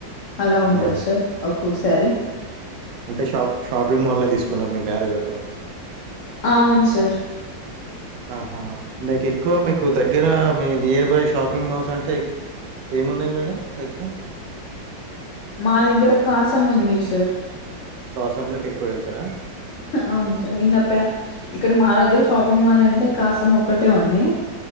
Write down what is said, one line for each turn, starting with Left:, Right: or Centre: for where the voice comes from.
Left: అలా ఉంటచ్చ
Right: హ్మ్.
Left: సార్ ఒక్కొ శారీ
Right: అంటే షాప్ షాపింగ్ మాల్ తీసుకున్నారు మీ మ్యారేజ్ ఎప్పుడు
Left: అవును సార్
Right: ఆహా మీకు ఎక్కువ మీకు దగ్గర మీ నియర్ బై షాపింగ్ మాల్స్ అంటే ఏమున్నాయి మేడం ఎక్కువ
Left: మా దగ్గర కాసం ఉంది సార్
Right: కాసం లోకి ఎక్కువ వెళ్తారా
Left: అవును సార్ ఇంకా ప ఇక్కడ మా దగ్గర షాపింగ్ మాల్ అంటే కాసం ఒక్కటే ఉంది